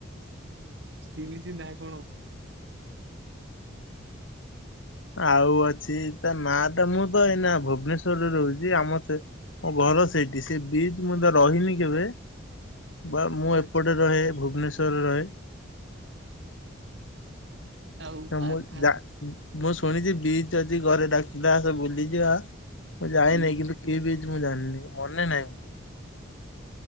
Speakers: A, on the right; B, on the left.
A: ସି ବିଚ୍ ନା କଣ।
B: ଆଉ ଅଛି ତା ନାଁ ଟା ମୁଁ ତ ଏଇନା ଭୁବନେଶ୍ଵର ରେ ରହୁଛି ଆମ ସେ। ମୋ ଘର ସେଇଠି ସେ ବିଚ୍ ମୁଁ ତ ରହିନି କେବେ। ବା ମୁଁ
A: ଆଚ୍ଛା।
B: ଏପଟେ ରହେ ଭୁବନେଶ୍ଵର ରେ ରହେ ‌।
A: ଆଉ
B: ନା
A: ପାର୍କ
B: ମୁଁ
A: ଫାର୍କ
B: ଯା। ମୁଁ ଶୁଣିଚି ବିଚ୍ ଅଛି ଘରେ ଡାକୁଥିଲେ ଆସ ବୁଲି ଯିବା ମୁଁ ଯାଇନାହିଁ
A: ହୁଁ
B: କିନ୍ତୁ କି ବିଚ୍। ମୁଁ ଜାଣିନି ମନେ ନାଇଁ ମୋର।